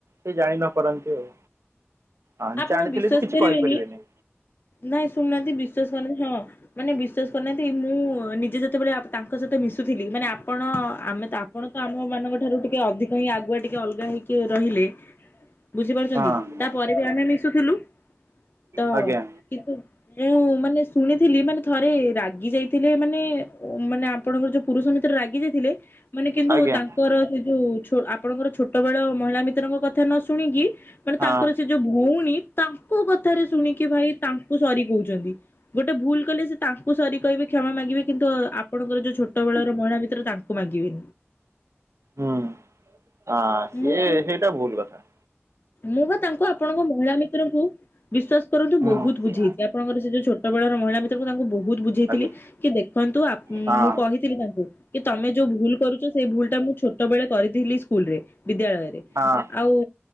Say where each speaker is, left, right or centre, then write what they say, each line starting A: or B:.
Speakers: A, on the right; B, on the left.
A: ସେ ଜାଣି ନପାରନ୍ତି ଆଉ ହଁ
B: ଆପଣ
A: ଜାଣିଥିଲି
B: ବିଶ୍ଵାସ
A: ବି କିଛି
B: କରିବେନି
A: କହିଁପାରିବେନି।
B: ନାଇଁ ଶୁଣୁନାହାନ୍ତି ବିଶ୍ୱାସ ହଁ ମାନେ ବିଶ୍ଵାସ କରୁନାହାନ୍ତି ମୁଁ ନିଜେ ଯେତେବେଳେ ତାଙ୍କ ସହିତ ମିଶୁଥିଲି ମାନେ ଆ ଆପଣ ଆମେ ତ ଆପଣ ତ ଆମ ମାନଙ୍କ ଠାରୁ ଟିକେ ଅଧିକ ହିଁ ଆଗୁଆ ଟିକେ ଅଲଗା ହେଇକି ରହିଲେ। ବୁଝିପାରୁଛନ୍ତି
A: ହଁ।
B: ତାପରେ ବି ଆମେ ମିଶୁଥିଲୁ ତ
A: ଆଜ୍ଞା
B: କିନ୍ତୁ ମୁଁ ମାନେ ଶୁଣିଥିଲି ମାନେ ଥରେ ରାଗି ଯାଇଥିଲେ ମାନେ ମାନେ ଆ ପଣଙ୍କର ଯୋଉ ପୁରୁଷ ମିତ୍ର ରାଗି ଯାଇଥିଲେ ମାନେ କିନ୍ତୁ
A: ଆଜ୍ଞା
B: ତାଙ୍କର ସେ ଯୋଉ ଆପଣଙ୍କର ଛୋଟ ବେଳ ମହିଳା ମିତ୍ରଙ୍କ କଥା ନ ଶୁଣିକି ମାନେ
A: ହଁ
B: ତାଙ୍କର ସେ ଯୋଉ ଭଉଣୀ ତା ଙ୍କ କଥାରେ ଶୁଣିକି ଭାଇ ତାଙ୍କୁ ସରି କହୁଛନ୍ତି ଗୋଟେ ଭୁଲ କଲେ ସେ ତାଙ୍କୁ ସରି କହିବେ କ୍ଷମା ମାଗିବେ କିନ୍ତୁ ଆପଣଙ୍କର ଯୋଉ ଛୋଟ ବେଳର ମହିଳା ମିତ୍ର ତାଙ୍କୁ ମାଗିବେ।
A: ହୁଁ ଆ ସିଏ
B: ମୁଁ ସେ
A: ସେଇଟା ଭୁଲ ହେଲା।
B: ମୁଁ ବା ତାଙ୍କୁ ଆପଣଙ୍କ ମହିଳା ମି ତ୍ର ଙ୍କୁ ବିଶ୍ୱାସ କରନ୍ତୁ
A: ହୁଁ।
B: ବହୁତ ବୁଝେଇଛି ଆପଣଙ୍କର ସେ ଯୋଉ ଛୋଟ ବେଳର ମହିଳା ମୀ ତ୍ର ତାଙ୍କୁ ବହୁତ ବୁଝେଇଥିଲି
A: ଆଜ୍ଞା।
B: କି ଦେଖନ୍ତୁ
A: ହଁ
B: ମୁଁ କହିଥିଲି ତାଙ୍କୁ କି ତମେ ଯୋଉ ଭୁଲ କରୁଛ ସେଇ ଭୁଲ ଟା ମୁଁ ଛୋଟ ବେଳେ କରିଥିଲି ସ୍କୁଲ ରେ ବିଦ୍ୟାଳୟରେ
A: ହଁ
B: ଆଉ